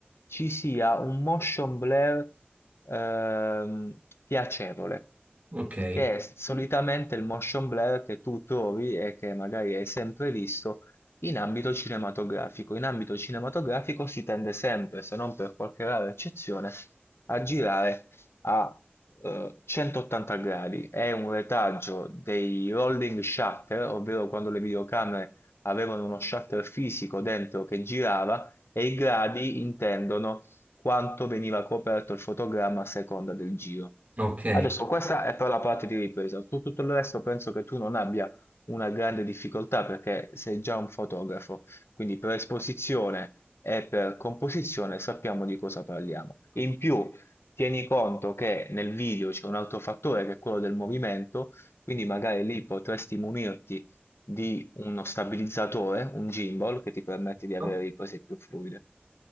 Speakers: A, on the left; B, on the right.
A: ci sia un motion blur ehm, piacevole,
B: Ok,
A: che è solitamente il motion blur che tu trovi e che magari hai sempre visto in ambito cinematografico. In ambito cinematografico si tende sempre, se non per qualche rara eccezione, a girare a eh, 180 gradi. È un retaggio dei rolling shutter, ovvero quando le videocamere avevano uno shuttle fisico dentro che girava e i gradi intendono quanto veniva coperto il fotogramma a seconda del giro.
B: ok.
A: Adesso questa è per la parte di ripresa, su tutto il resto penso che tu non abbia una grande difficoltà perché sei già un fotografo, quindi per esposizione e per composizione sappiamo di cosa parliamo. In più, tieni conto che nel video c'è un altro fattore che è quello del movimento, quindi magari lì potresti munirti di uno stabilizzatore, un gimbal, che ti permette di
B: ascolto.
A: avere riprese più fluide.